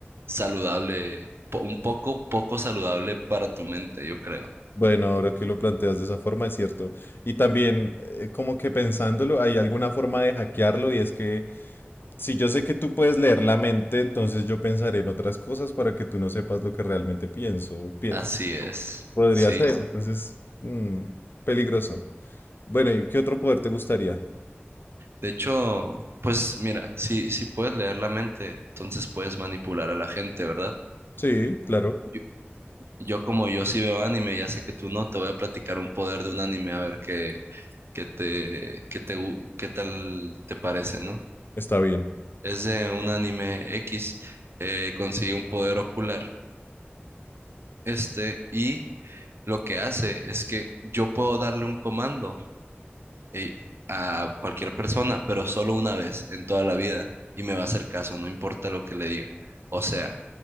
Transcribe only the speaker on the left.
Bueno, ahora que lo planteas de esa forma, es cierto. Y también, eh, como que pensándolo, hay alguna forma de hackearlo y es que si yo sé que tú puedes leer la mente, entonces yo pensaré en otras cosas para que tú no sepas lo que realmente pienso. Pi-
podría
ser,
entonces, mm, peligroso. Bueno, ¿y qué otro poder te gustaría?
Sí, claro,
está bien.